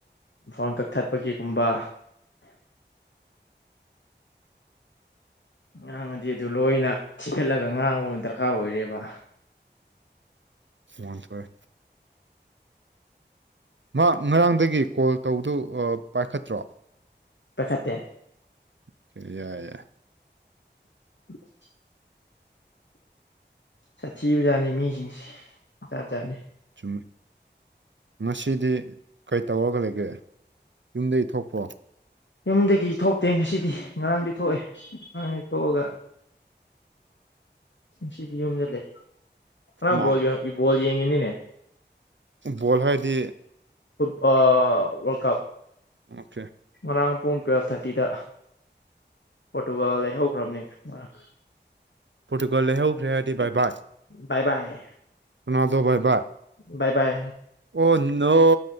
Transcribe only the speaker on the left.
ꯐꯣꯟ ꯀꯛꯊꯠꯄꯒꯤꯒꯨꯝꯕ ꯉꯥꯡꯉꯗꯤ ꯑꯗꯨ ꯂꯣꯏꯅ ꯊꯤꯈꯠꯂꯒ ꯉꯥꯡꯕ ꯃ ꯗꯔꯀꯥꯔ ꯑꯣꯏꯔꯦꯕ
ꯄꯥꯏꯈꯠꯇꯦ
<inaudible> ꯁꯥꯊꯤꯕꯖꯥꯠꯅꯤ ꯃꯤꯁꯤꯡꯁꯦ ꯖꯥꯠꯖꯥꯠꯅꯦ
ꯌꯨꯝꯗꯒꯤ ꯊꯣꯛꯇꯦ ꯉꯁꯤꯗꯤ ꯉꯔꯥꯡꯗꯤ ꯊꯣꯛꯑꯦ ꯉꯔꯥꯡꯗꯤ ꯊꯣꯛꯑꯒ ꯉꯁꯤꯗꯤ ꯌꯨꯝꯗ ꯂꯩ ꯉꯔꯥꯡ
ꯕꯣꯜ ꯌꯦ ꯕꯣꯜ ꯌꯦꯡꯉꯤꯅꯤꯅꯦ
ꯑ ꯋꯥꯔꯜ ꯀꯞ
ꯉꯔꯥꯡ ꯄꯨꯡ ꯇ꯭ꯌꯦꯜꯞ ꯊꯥꯔꯇꯤꯗ ꯄꯣꯔꯇꯨꯒꯜ ꯂꯩ ꯍꯧꯈ꯭ꯔꯝꯅꯦ ꯉꯔꯥꯡ
ꯕꯥꯏ ꯕꯥꯏ
ꯕꯥꯏ ꯕꯥꯏ